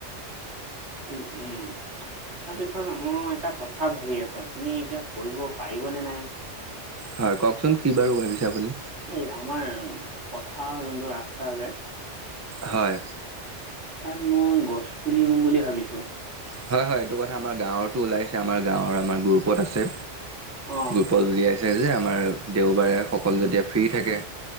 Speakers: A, on the right; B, on the right.
A: উম। তাৰপিছত মই এটা কথা ভাবি আছোঁ আপুনি এতিয়া কৰিব পাৰিবনে নাই।
B: হয় কওকচোন কি বাৰু ভাবিছে আপুনি
A: এই আমাৰ পথাৰৰ যোনটো ৰাস্তা যে,
B: হয়।
A: তাত মই গছ পুলি ৰুম বুলি ভাবিছোঁ।
B: হয়, হয়, এইটো কথা আমাৰ গাঁৱতো ওলাইছে। আমাৰ গাঁৱৰ আমাৰ গ্ৰুপত আছে।
A: অ
B: গ্ৰুপত উলিয়াইছে যে আমাৰ দেওবাৰে সকলো যেতিয়া ফ্ৰী থাকে।